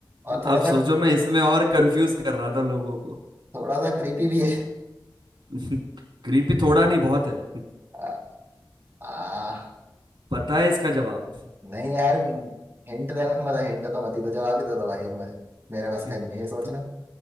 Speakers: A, on the right; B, on the right.
A: और थोड़ा
B: अब
A: सा
B: सोचो मैं इसमें और कंफ्यूज कर रहा था लोगों को
A: थोड़ा सा क्रीपी भी है
B: <laughs> क्रीपी थोड़ा नहीं बहुत है <laughs>
A: आ, आ,
B: पता है इसका जवाब
A: नहीं यार हिंट देना मतलब हिंट तो मत ही तो जवाब ही दे दो भाई अब मुझे मेरे बस
B: <laughs>
A: का नहीं है ये सोचना
B: तो,